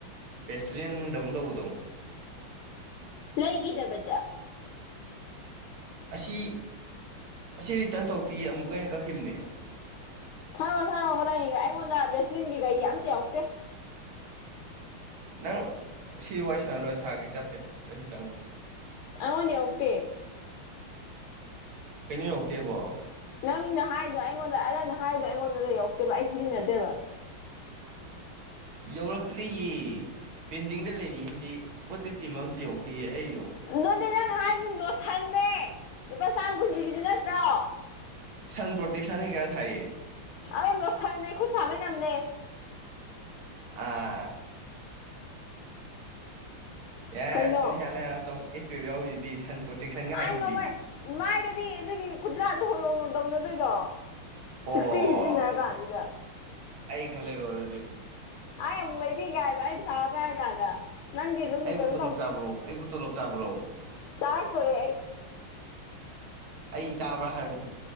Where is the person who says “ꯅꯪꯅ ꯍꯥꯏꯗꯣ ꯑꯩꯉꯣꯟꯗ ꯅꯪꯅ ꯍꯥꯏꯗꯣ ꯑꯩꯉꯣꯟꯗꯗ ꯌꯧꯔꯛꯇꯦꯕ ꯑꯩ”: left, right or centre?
Left